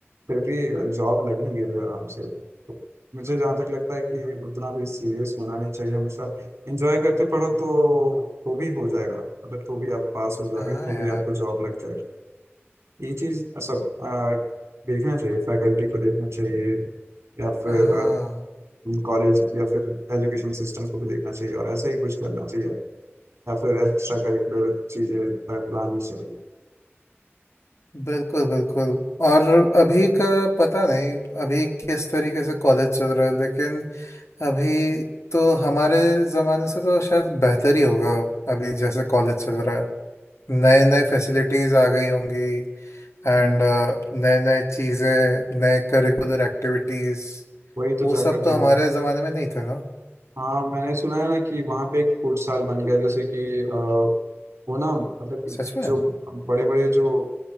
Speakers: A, on the right; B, on the left.
A: फिर भी जॉब लग ही गई आराम से तो मुझे जहाँ तक लगता है कि उतना भी सीरियस होना नहीं चाहिए हमेशा एंजॉय करते पढ़ो तो तो भी हो जाएगा मतलब तो भी आप पास हो जाओगे
B: हाँ
A: तो
B: यार
A: भी आपको जॉब लग जाएगी ये चीज सब आ, देखना चाहिए फैकल्टी को देखना चाहिए या फिर
B: हाँ
A: कॉलेज या फिर एजुकेशन सिस्टम को भी देखना चाहिए और ऐसे ही कुछ करना चाहिए या फिर एक्स्ट्रा करिकुलर चीजें लानी चाहिए
B: बिल्कुल बिल्कुल और अभी का पता नहीं अभी किस तरीके से कॉलेज चल रहा है लेकिन अभी तो हमारे ज़माने से तो शायद बेहतर ही होगा अभी जैसे कॉलेज चल रहा है नए नए फैसिलिटीज़ आ गई होंगी एंड
A: हम्म।
B: नए नए चीज़ें नए करिकुलर एक्टिविटीज़
A: वही तो
B: वो
A: जाकर
B: सब
A: देखना
B: तो हमारे ज़माने में नहीं थे ना
A: हाँ मैंने सुना है ना कि वहाँ पे एक फुटसाल बन गया जैसे कि अ, वो ना मतलब कि
B: सच में
A: जो बड़े बड़े जो